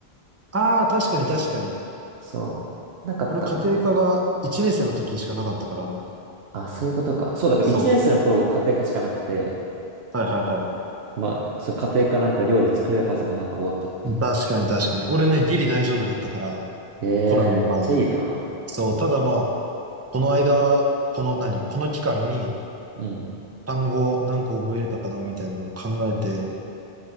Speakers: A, on the right (about 20°); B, on the right (about 80°).
A: ああ、確かに確かに。
B: そう、なかったのよね。
A: 俺、家庭科が1年生の時しかなかったから、
B: あ、そういうことか。そう、だから1年生の頃僕家庭科しかなくて、
A: そう。はいはいは
B: まあ、そう家庭科なんか料理作れるはずもなく終わったっていう。
A: い。確かに確かに。俺ね、ギリ大丈夫だったから、
B: へえ、
A: コロナの前で。
B: めっちゃいいな。
A: そう、ただまあ、この間、この何、この期間に
B: うん。
A: 単語何個覚えれたかなみたいなのを考えて、